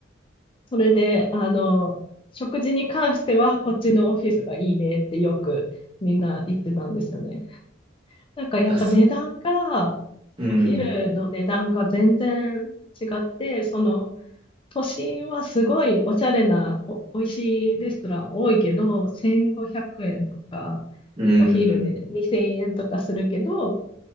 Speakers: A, on the left; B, on the right.
A: それで、あの、食事に関しては、こっちのオフィスがいいねってよくみんな言ってたんですよね。なんかやっぱ値段が、
B: いや、そうん。
A: お昼の値段が全然違って、その、都心はすごいおしゃれなお、美味しいレストラン多いけど、1500円とか、
B: うん。うん。
A: お昼で2000円とかするけど、